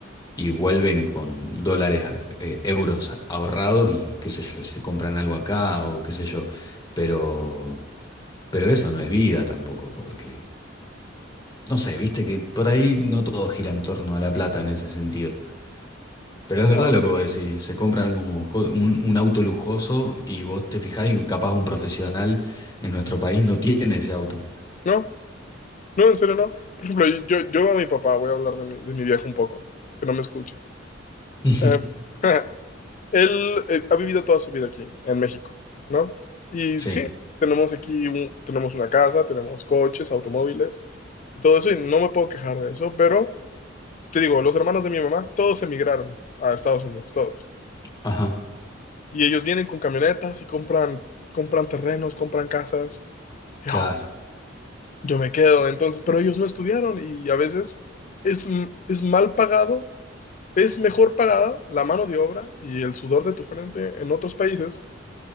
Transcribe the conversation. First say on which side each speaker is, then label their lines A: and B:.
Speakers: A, on the left; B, on the left.
A: y vuelven con dólares, eh, euros ahorrados y qué sé yo, se compran algo acá o qué sé yo, pero, pero eso no es vida tampoco, porque, no sé, viste que por ahí no todo gira en torno a la plata en ese sentido. Pero es
B: No,
A: verdad lo que vos decís, se compran como co- un, un auto lujoso y vos te fijás y capaz un profesional en nuestro país no tiene ese auto.
B: no, no, en serio no. Por ejemplo, yo, yo yo a mi papá voy a hablar de mi, de mi viejo un poco, que no me escuche.
A: <laughs>
B: Eh, <laughs> él eh, ha vivido toda su vida aquí, en México, ¿no? Y
A: Sí,
B: sí, tenemos aquí, un- tenemos una casa, tenemos coches, automóviles, y todo eso, y no me puedo quejar de eso, pero... Te digo, los hermanos de mi mamá, todos emigraron a Estados Unidos, todos.
A: ajá,
B: Y ellos vienen con camionetas y compran, compran terrenos, compran casas. Yo,
A: claro.
B: yo me quedo, entonces, pero ellos no estudiaron y a veces es, m- es mal pagado, es mejor pagada la mano de obra y el sudor de tu frente en otros países,